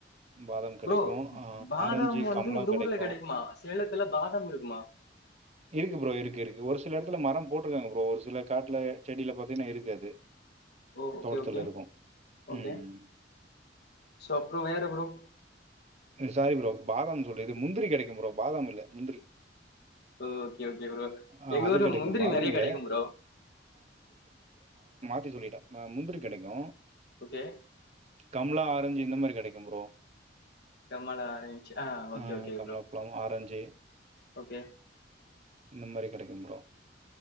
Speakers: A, on the right; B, on the left.
A: பாதாம் கிடைக்கும்.
B: ப்ரோ
A: ஆ
B: பாதாம்
A: ஆரஞ்சு,
B: வந்து
A: கமலா
B: இந்த
A: கிடைக்கும்.
B: ஊர்ல கெடைக்குமா சேலத்துல பாதம் இருக்குமா
A: இருக்கு ப்ரோ இருக்கு இருக்கு ஒரு சில எடத்துல மரம் போட்ருக்காங்க ப்ரோ ஒரு சில காட்ல செடில பாத்தீனா இருக்கு அது
B: ஓ ஓகே
A: தோட்டத்துல
B: ஓகே
A: இருக்கும்.
B: ஓகே
A: ம்.
B: சோ அப்றொ வேற ப்ரோ
A: ம் சாரி ப்ரோ பாதாம் சொல்ற இது முந்திரி கெடைக்கும் ப்ரோ பாதாம் இல்ல முந்திரி
B: ஓ ஓகே ஓகே ப்ரோ
A: ஆ
B: எங்க
A: அது
B: ஊர்ல
A: கிடைக்கும்.
B: முந்திரி
A: பாதாம்
B: நெறைய
A: இல்ல.
B: கெடைக்கும் ப்ரோ
A: த்தி சொல்லிட்டே ம முந்திரி கெடைக்கு
B: ஓகே
A: கம்லா ஆரஞ்சு இந்த மாரி கெடைக்கும் ப்ரோ
B: கம்மலா இருந்துச்சு ஓகே
A: ஆ
B: ஓகே
A: கம்லாப்ழம்
B: ப்ரோ
A: ஆரஞ்சு
B: ஓகே
A: இந்த மாரி கெடைக்கும் ப்ரோ